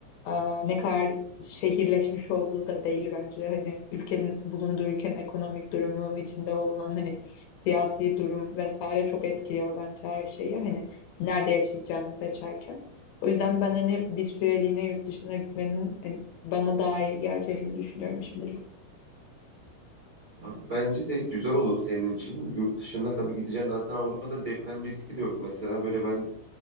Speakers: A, on the left; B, on the right.
A: e, ne kadar şehirleşmiş olduğu da değil bence hani ülkenin bulunduğu ülkenin ekonomik durumu içinde olan hani siyasi durum vesaire çok etkiliyor bence her şeyi hani nerede yaşayacağını seçerken. O yüzden ben hani bir süreliğine yurt dışına gitmenin hani bana daha iyi geleceğini düşünüyorum şimdilik.
B: Bak, bence de güzel olur senin için. Yurt dışında tabii gideceğin zaten Avrupa'da deprem riski de yok. Mesela böyle ben